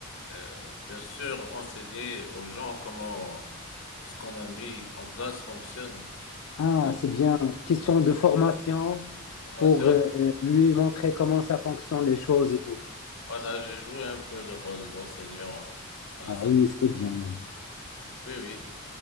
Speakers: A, on the left (about 65°); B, on the left (about 90°).
A: euh, bien sûr enseigner aux gens comment ce qu'on a mis en place fonctionne.
B: Ah,
A: Dans la
B: c'est bien. Question de formation
A: formation,
B: pour euh, euh, lui montrer comment ça fonctionne les choses et tout.
A: voilà, j'ai joué un peu le rôle d'enseignant à
B: Ah
A: un certain.
B: oui, c'est bien.
A: Oui, oui.